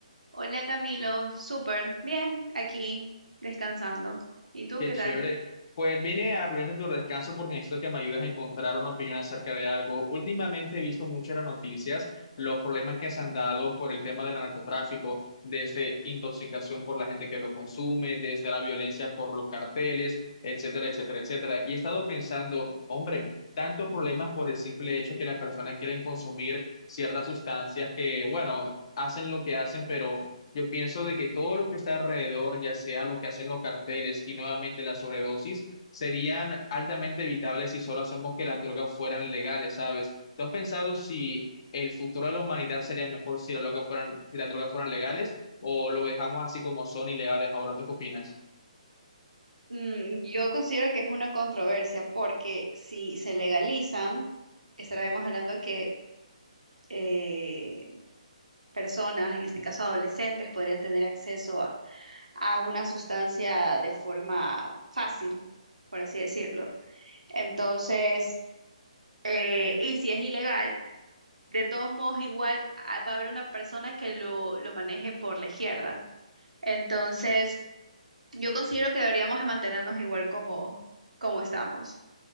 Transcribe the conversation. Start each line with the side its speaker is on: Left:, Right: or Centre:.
Right: Hola Camilo, súper bien, aquí descansando. ¿Y tú
Left: Qué
Right: qué
Left: chévere.
Right: tal?
Left: Pues vine a arruinarte tu descanso porque necesito que me ayudes a encontrar una opinión acerca de algo. Últimamente he visto muchas las noticias, los problemas que se han dado por el tema del narcotráfico, desde intoxicación por la gente que lo consume, desde la violencia por los carteles, etcétera, etcétera, etcétera. Y he estado pensando, hombre, tantos problemas por el simple hecho que las personas quieren consumir ciertas sustancias que, bueno, hacen lo que hacen, pero Yo pienso de que todo lo que está alrededor, ya sea lo que hacen los carteles y nuevamente la sobredosis, serían altamente evitables si solo hacemos que las drogas fueran legales, ¿sabes? ¿Tú has pensado si el futuro de la humanidad sería mejor si las drogas fueran, si las drogas fueran legales o lo dejamos así como son ilegales ahora? ¿Tú qué opinas?
Right: Mm, yo considero que es una controversia porque si se legalizan, estaríamos hablando que eh, personas, en este caso adolescentes, podrían tener acceso a, a una sustancia de forma fácil, por así decirlo. Entonces, eh, y si es ilegal, de todos modos, igual ah, va a haber una persona que lo, lo maneje por la izquierda. Entonces, Yo considero que deberíamos de mantenernos igual como, como estamos,